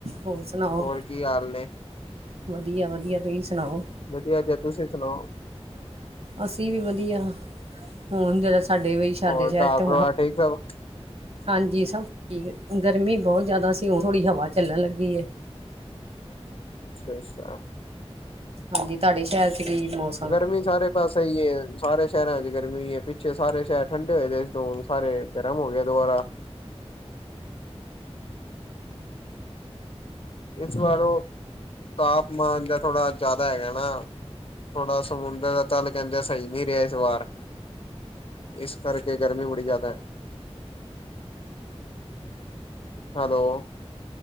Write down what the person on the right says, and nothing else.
ਹੋਰ ਸੁਣਾਓ,
ਵਧੀਆ -ਵਧੀਆ ਤੁਹੀਂ ਸੁਣਾਓ।
ਅਸੀਂ ਵੀ ਵਧੀਆ, ਹੁਣ ਜ਼ਰਾ ਸਾਡੇ ਵਈ ਸਾਡੇ
ਸ਼ਹਿਰ ਤੇ
ਹਾਂਜੀ ਸਭ ਠੀਕ, ਗਰਮੀ ਬਹੁਤ ਜਿਆਦਾ ਸੀ। ਹੁਣ ਥੋੜੀ ਹਵਾਂ ਚੱਲਣ ਲੱਗੀ ਏ।
ਹਾਂਜੀ ਤਾਡੇ ਸ਼ਹਿਰ ਚ <unintelligible>